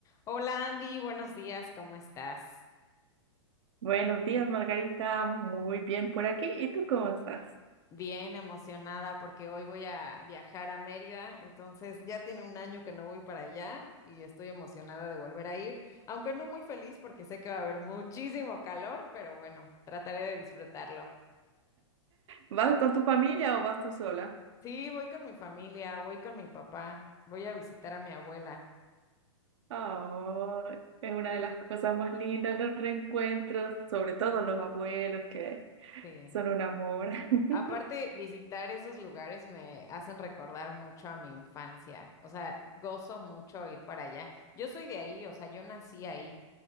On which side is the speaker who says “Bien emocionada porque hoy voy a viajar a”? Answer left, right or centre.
Left